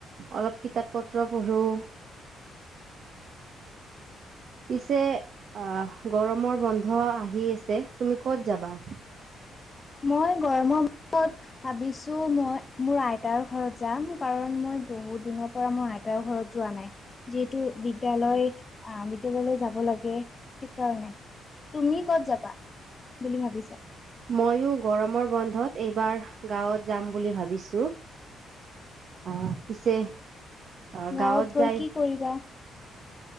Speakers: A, on the right (about 60°); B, on the left (about 30°).
A: অলপ কিতাপ পত্ৰ পঢ়োঁ। <inaudible> পিছে আহ গৰমৰ বন্ধ আহি আছে তুমি কত যাবা?
B: মই গৰমৰ বন্ধত ভাবিছোঁ মই মোৰ আইতাৰ ঘৰত যাম। কাৰণ মই বহুত দিনৰ পৰা মই আইতাৰ ঘৰত যোৱা নাই। যিহেতু বিদ্যালয় আহ বিদ্যয়ালয়লৈ যাব লাগে সেইকাৰণে তুমি ক'ত যাবা বুলি ভাবিছা?
A: ময়ো গৰমৰ বন্ধত এইবাৰ গাঁৱত যাম বুলি ভাবিছোঁ। আহ পিছে আহ
B: গাঁৱত
A: গাওঁত
B: গৈ
A: যায়।
B: কি কৰিবা?